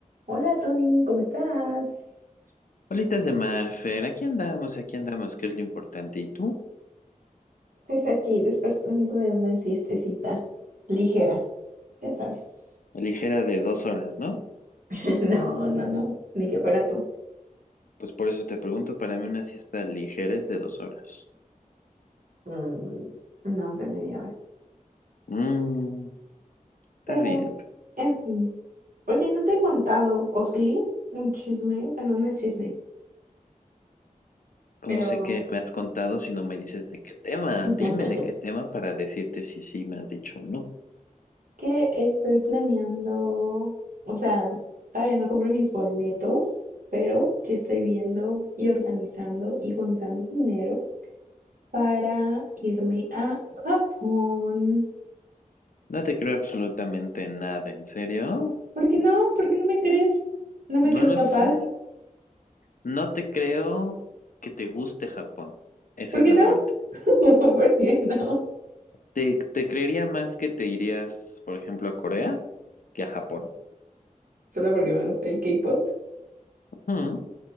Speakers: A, on the right (about 75°); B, on the left (about 75°).
A: Hola Tony, ¿cómo estás?
B: Bolitas de mar, Fer, aquí andamos, aquí andamos, que es lo importante. ¿Y tú?
A: Pues aquí despertando de una siestecita ligera, ya sabes.
B: Ligera de dos horas, ¿no?
A: <laughs> No, no, no, ni que fuera tú.
B: Pues por eso te pregunto, para mí una siesta ligera es de dos horas.
A: Mm, no de media hora.
B: Mmm, está
A: Pero,
B: bien.
A: en fin. Oye, no te he contado, ¿o sí? Un chisme. Bueno, no es chisme,
B: ¿Cómo
A: pero
B: sé que me has contado si no me dices de qué tema?
A: <laughs>
B: Dime de qué tema para decirte si sí me has dicho o no.
A: que estoy planeando. O sea, todavía no compré mis boletos, pero ya estoy viendo y organizando y juntando dinero para irme a Japón.
B: No te creo absolutamente nada, ¿en serio?
A: ¿Por qué no? ¿Por qué no me crees? ¿No me
B: No
A: crees
B: lo
A: capaz?
B: sé. No te creo que te guste Japón. Esa
A: ¿Por
B: es
A: qué
B: la
A: no?
B: parte.
A: <laughs> ¿Por qué no?
B: Te, te creería más que te irías, por ejemplo, a Corea que a Japón.
A: Solo porque me gusta el K-pop,
B: Ujú.